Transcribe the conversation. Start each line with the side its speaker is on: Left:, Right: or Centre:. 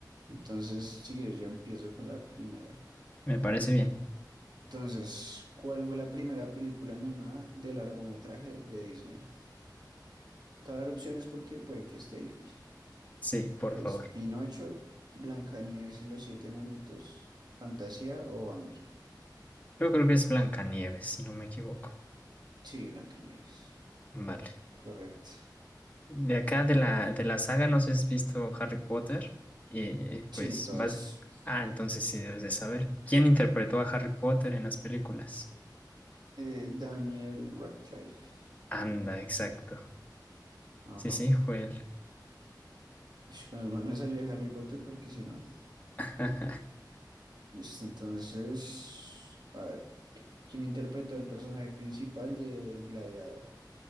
Right: entonces, si quieres, yo empiezo con la primera.
Left: Me parece bien.
Right: Entonces, ¿cuál fue la primera película animada de largometraje de Disney? Te voy a dar opciones porque puede que esté difícil.
Left: Sí, por
Right: ¿Es
Left: favor.
Right: Pinocho, Blancanieves y los siete enanitos, Fantasía o Bambi?
Left: Yo creo que es Blancanieves, si no me equivoco.
Right: Sí, Blancanieves.
Left: Vale.
Right: Correcto.
Left: De acá de la, de la saga, no sé si has visto Harry Potter. Y pues
Right: Sí, todas.
Left: vas. Ah, entonces sí debes de saber. ¿Quién interpretó a Harry Potter en las películas?
Right: Eh, Daniel Radcliffe se
Left: Anda,
Right: llama.
Left: exacto.
Right: Ajá.
Left: Sí, sí, fue él.
Right: Ush, menos mal me salió de Harry Potter porque si no.
Left: <laughs>
Right: Listo, entonces. A ver. ¿Quién interpretó el personaje principal de Gladiador?